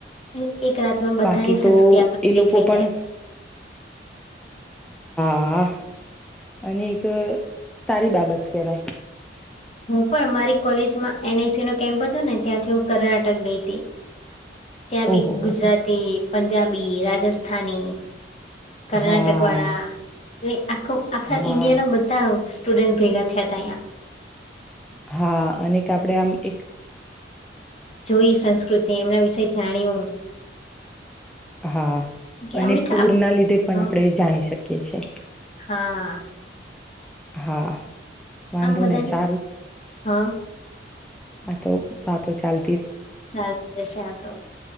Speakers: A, on the left (about 35°); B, in the centre.
A: અને એક રાતમાં બધાની
B: બાકી તો
A: સંસ્કૃતિ આપણને
B: એ લોકો
A: દેખાઈ
B: પણ
A: જાય.
B: હા, અને એક અહ સારી બાબત કવાય.
A: હું પણ મારી કોલેજમાં એન આઈ સી નો કેમ્પ હતો ને ત્યાંથી હું કર્ણાટક ગઈ હતી. ત્યાં
B: ઓહોહો
A: બી ગુજરાતી પંજાબી, રાજસ્થની કર્ણાટક
B: હા
A: વાળા એ આખો આખા
B: હા
A: ઈન્ડિયા ના બધા સ્ટુડેન્ટ ભેગા થયા ત્યાં.
B: હા, અને એક આપડે આમ એક
A: જોઈ સંસ્કૃતિ એમના વિશે જાણ્યું
B: હા,
A: કે
B: અને
A: એમને
B: ટુર
A: ખા
B: ના લીધે પણ
A: હા.
B: આપડે જાણી શક કે છે.
A: હા.
B: હા. વાંધો
A: આમ બધાની
B: નહી સારું
A: હા.
B: આ તો વાતો ચાલ
A: ચાલ જ રહેશે આ તો.